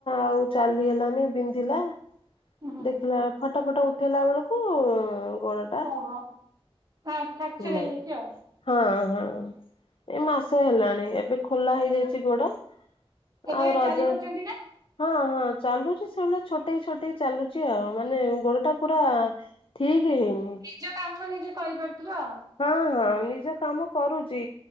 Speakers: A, on the left; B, on the right.
A: ଆଉ ଚାଲିହେଲାନି ବିନ୍ଧିଲା।
B: ହୁଁ
A: ଦେଖିଲା ଫଟ ଫଟ ଉଠେଇଲା ବେଳକୁ, ଗଳ
B: ଓହୋ! ତାର ଫ୍ୟାକ୍ଚର
A: ନାହିଁ।
B: ହେଇଯାଇଛି ଆଉ।
A: ହଁ, ହଁ, ଏଇ ମାସେ ହେଲାଣି। ଏବେ ଖୋଲା ହେଇଯାଇଛି ଗୋଡ।
B: ଏବେ
A: ଆଉ ରଜ
B: ଚାଲି ପାରୁଛନ୍ତି ନା
A: ହଁ, ହଁ ଚାଲୁଛି, ସେଇଭଳିଆ ଛୋଟ ଛୋଟେଇ ଚାଲୁଛି ଆଉ। ମାନେ ଗୋଡ ଟା ପୁରାଁ
B: ହଁ
A: ଠିକ୍ ହେଇନି।
B: ନିଜ କାମ ନିଜେ କରିପାରୁଥିବ-ଅ।
A: ହଁ, ହଁ, ନିଜ କାମ କରୁଛି।